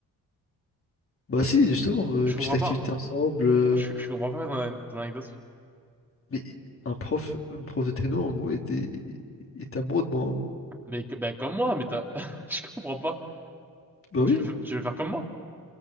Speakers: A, on the left (about 35°); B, in the centre.
A: Bah si, justement, euh,
B: Je
A: petite
B: comprends
A: activité
B: pas.
A: ensemble. euh,
B: En fait, je, je comprends pas ton, ton anecdote.
A: Mais un prof, un prof de techno, en gros, était, était amoureux de moi. en gros.
B: Mais que- ben, comme moi, mais t'as, <laughs> je comprends pas.
A: Bah oui.
B: Tu veux, tu veux faire comme moi?